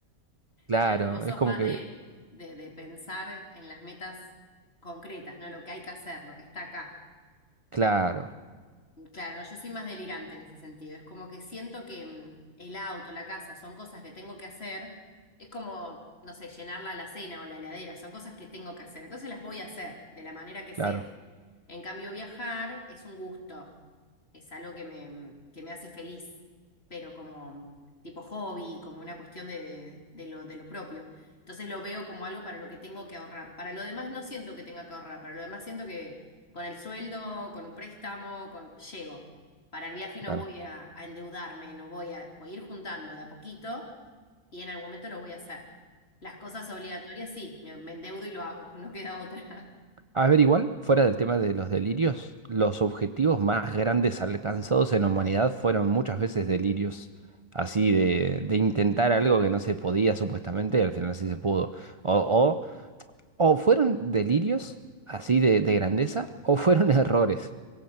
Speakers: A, on the right; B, on the left.
A: Claro,
B: Claro, vos sos
A: es como
B: más
A: que,
B: de, de, de pensar en las metas concretas, ¿no? Lo que hay que hacer, lo que está acá.
A: claro,
B: Sí. Claro, no, yo soy más delirante en ese sentido. Es como que siento que mm, el auto, la casa, son cosas que tengo que hacer. Es como, no sé, llenar la alacena o la heladera, son cosas que tengo que hacer. Entonces las voy a hacer de la manera que
A: claro,
B: sea. En cambio, viajar es un gusto, es algo que me, que me hace feliz, pero como tipo hobby, como una cuestión de, de- de lo, de lo propio. Entonces lo veo como algo para lo que tengo que ahorrar. Para lo demás no siento que tenga que ahorrar, para lo demás siento que con el sueldo, con un préstamo, con... llego. Para el viaje no
A: claro.
B: voy a, a endeudarme, no voy a, voy a ir juntando de a poquito y en algún momento lo voy a hacer. Las cosas obligatorias sí, me, me endeudo y lo hago, <laughs> no queda otra.
A: A ver, igual, fuera del tema de los delirios, los objetivos más grandes alcanzados en la humanidad fueron muchas veces delirios, así de, de intentar algo que no se podía supuestamente y al final sí se pudo. O, o, o fueron delirios así de, de grandeza o fueron <laughs> errores.